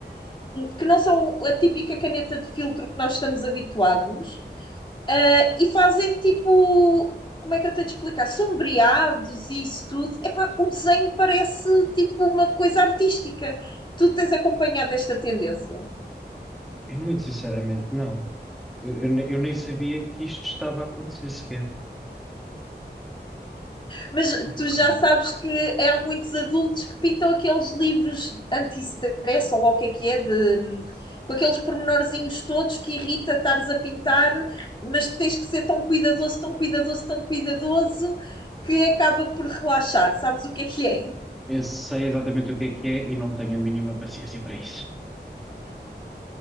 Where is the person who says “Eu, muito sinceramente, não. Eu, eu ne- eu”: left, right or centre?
Centre